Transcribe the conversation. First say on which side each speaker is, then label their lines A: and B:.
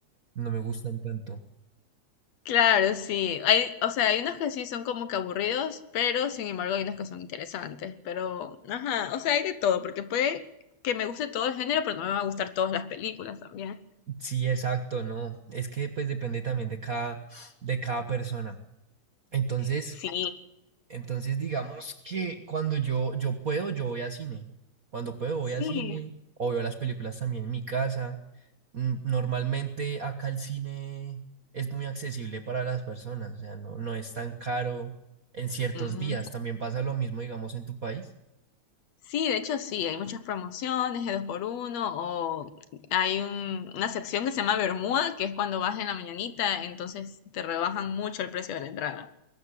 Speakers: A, on the right; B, on the left.
A: No me gustan tanto.
B: claro, sí. Hay, o sea, hay unos que sí son como que aburridos, pero sin embargo hay unos que son interesantes. Pero, ajá, o sea, hay de todo, porque puede que me guste todo el género, pero no me va a gustar todas las películas también.
A: Sí, exacto, no. Es que pues depende también de cada, de cada persona. Entonces,
B: Sí,
A: Entonces, digamos que cuando yo, yo puedo, yo voy a cine. Cuando puedo, voy
B: sí.
A: a cine o veo las películas también en mi casa. Mm, Normalmente acá el cine es muy accesible para las personas, o sea, no, no es tan caro en ciertos
B: ujú.
A: días. También pasa lo mismo, digamos, en tu país.
B: Sí, de hecho sí, hay muchas promociones de dos por uno, o hay un- una sección que se llama Bermuda, que es cuando vas en la mañanita, entonces te rebajan mucho el precio de la entrada.